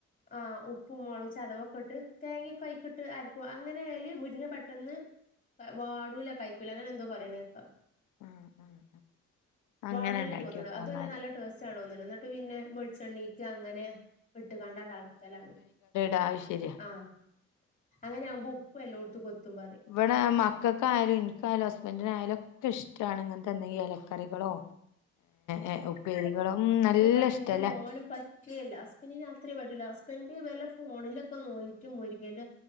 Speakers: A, on the left; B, on the left.
A: ആഹ ഉപ്പും മുളക് ചതവൊക്കെ ഇട്ട് തേങ്ങൊക്കെ ആയിക്കിട്ട് അരക്കും അങ്ങനെ ആയല് മുരിങ്ങ പെട്ടെന്ന് വാടൂല കയ്ക്കൂലില്ല അങ്ങനെ എന്തോ പറയുന്നത് കേക്കാ
B: ആഹ് ആഹ് അങ്ങനെ
A: വാടൂല
B: ഉണ്ടാക്കിയോക്കണം
A: തോന്നണ് അതുവല്ല
B: എന്നാല്
A: നല്ല ടു സ തോന്ന് എന്നിട്ട് പിന്നെ വെളിച്ചെണ്ണിക്ക് അങ്ങനെ ഇട്ട്ങ്ങാണ്ട് അങ്ങനെ ആൾക്കലാന്ന്
B: അയിശരിയ
A: ആഹ അങ്ങനെവുമ്പോ ഉപ്പും എല്ലാ ടത്തേക്കും എത്തും പറയും
B: ഇവിടെ മക്കൾക്കായാലും എനിക്കായാലും ഹസ്ബൻഡിനായാലും ഒക്കെ ഇഷ്ടമാണ് ഇങ്ങനെത്തെ എന്തെങ്കിലും ഇലക്കറികളോ ഏ ഉപ്പേരികളോ ഉം നല്ല
A: ഇവിടെ
B: ഇഷ്ടല്ലേ
A: എന്റെ മോന് പ പറ്റല്ല ഹസ്ബൻഡിന് രാത്രി വരില്ല ഹസ്ബൻഡ് വല്ല ഫോണിലൊക്കെ നോക്കി മുരിങ്ങേന്റെ